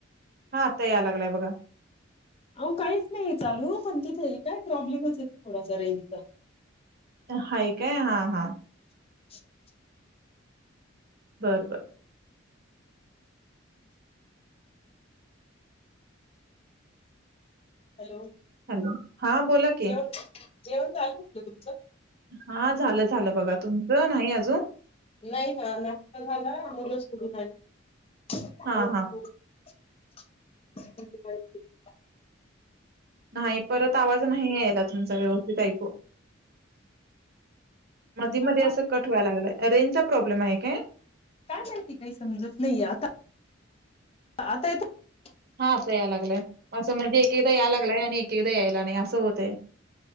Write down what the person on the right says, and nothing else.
हा आता या लागलाय बघा.
हाय काय हा हा.
बर बर.
हॅलो हा बोला की.
हा झालं झालं बघा तुमचं नाही अजून?
हा
हा
नाही परत आवाज नाही यायला, तुमचा व्यवस्थित ऐकू. मधी
मधी असं कट व्हाय लागलायं. रेंज चा प्रॉब्लेम आहे काय?
हां आता याय लागलंय असं म्हणजे एकेकदा याय लागलंय आणि एकेकदा यायला नाही असं होतंय.